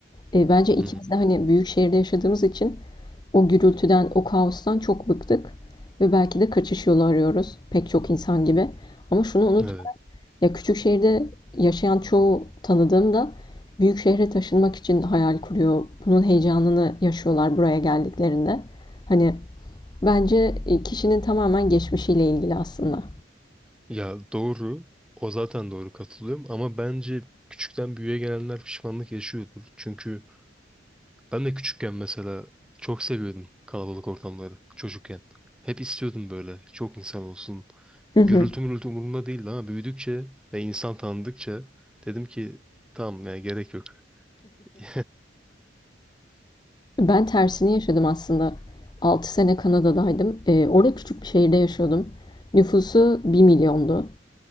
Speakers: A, on the left; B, in the centre.
A: E, bence ikimiz
B: Hı hı.
A: de hani büyük şehirde yaşadığımız için o gürültüden, o kaostan çok bıktık. Ve belki de kaçış yolu arıyoruz pek çok insan gibi. Ama şunu unut,
B: Evet.
A: ya küçük şehirde yaşayan çoğu tanıdığım da büyük şehre taşınmak için hayal kuruyor. Bunun heyecanını yaşıyorlar buraya geldiklerinde. Hani Bence e, kişinin tamamen geçmişiyle ilgili aslında.
B: Ya doğru. O zaten doğru katılıyorum ama bence küçükten büyüğe gelenler pişmanlık yaşıyordur. Çünkü ben de küçükken mesela çok seviyordum kalabalık ortamları çocukken. Hep istiyordum böyle çok insan olsun.
A: Hı
B: Gürültü
A: hı.
B: mürültü umurumda değildi ama büyüdükçe ve insan tanıdıkça dedim ki tamam ya gerek yok. <laughs>
A: Ben tersini yaşadım aslında. 6 sene Kanada'daydım. E, orada küçük bir şehirde yaşıyordum. Nüfusu bir milyondu.